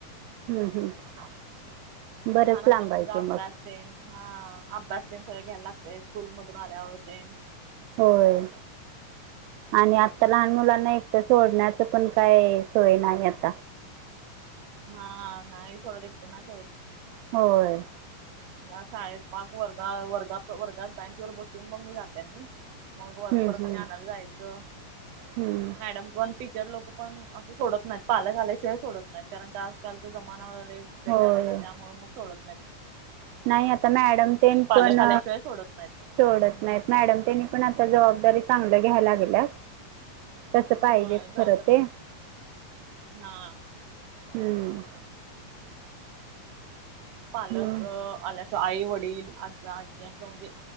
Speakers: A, on the right; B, on the right.
A: हम्म हम् बरंच
B: लहान असल्यामुळे
A: लांब आहे
B: त्याचा
A: की
B: अभ्यास
A: मग.
B: हा अभ्यास तेन सगळे घ्यायला लागते स्कूल मधून आल्यावरते
A: होय आणि आता लहान मुलांना एकटं सोडण्यात पण काय सोय नाही आता.
B: हा नाही सोडंत एकट नाय सोडत
A: होय
B: या शाळेत पाच वर्गा वर्गा वर्गात बँच वर बसून मग जाते मी मग
A: हं
B: परत
A: हं
B: आणि आणायला जायचं
A: हं
B: मॅडम पण टीचर लोक पण असं सोडत नाहीत पालक आल्याशिवाय सोडत नाहीत कारण क आजकालच्या जमान बेकार
A: होय
B: आहे ना त्यामुळे मग सोडत नाही.
A: नाही आता मॅडम त्यांनी
B: पालक
A: पण
B: आल्याशिवाय सोडत नाहीत
A: सोडत
B: हम्म
A: नाहीत मॅडम त्यांनी पण आता जबाबदारी चांगलं घ्यायला तस पाहिजे
B: होय जबाबदारी
A: खर ते
B: हा
A: हम्
B: पालक
A: मग
B: आल्याचं आई वडील आज्जा आज्जी असं म्हणजे